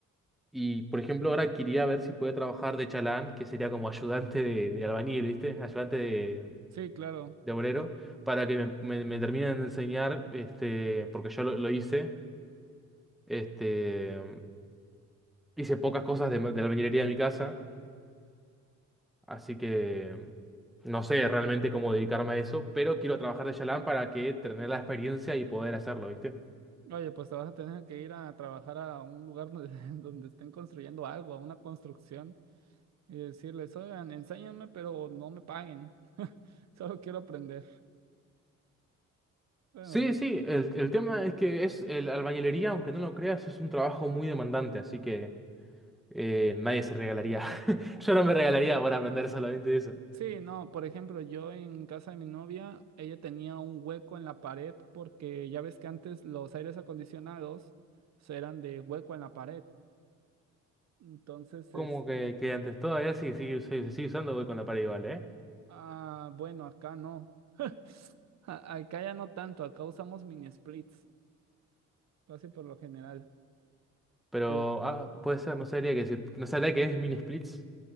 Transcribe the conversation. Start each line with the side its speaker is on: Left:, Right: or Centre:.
Centre: Y por ejemplo, ahora quería ver si puede trabajar de chalán, que sería como ayudante de, de albañil, ¿viste? Ayudante de,
Right: sí, claro.
Centre: de obrero para que me, me- me terminen de enseñar, este, porque yo lo, lo hice, este, hice pocas cosas de, ma- de la albañilería de mi casa, así que no sé realmente cómo dedicarme a eso, pero quiero trabajar de chalán para que tener la experiencia y poder hacerlo, ¿viste?
Right: Oye, pues te vas a tener que ir a trabajar a un lugar donde, <laughs> donde estén construyendo algo, a una construcción, y decirles, oigan, enséñenme, pero no me paguen. <laughs> Solo quiero aprender. Bueno,
Centre: Sí,
Right: yo,
Centre: sí, el, el tema es que es el albañilería, aunque no lo creas, es un trabajo muy demandante, así que eh, nadie se regalaría. <laughs> Yo no me regalaría por aprender solamente eso.
Right: Sí, no, por ejemplo, yo en casa de mi novia, ella tenía un hueco en la pared porque ya ves que antes los aires acondicionados se eran de hueco en la pared. Entonces,
Centre: Como
Right: este,
Centre: que, que antes todavía sí, sí, sí, se sigue usando, voy con la pared igual, ¿eh?
Right: ah, bueno, acá no. <laughs> A- Acá ya no tanto, acá usamos mini splits, casi por lo general.
Centre: Pero,
Right: Eh,
Centre: ah, no puede ser, no sabría qué decir. No sabría qué es Mini Splits.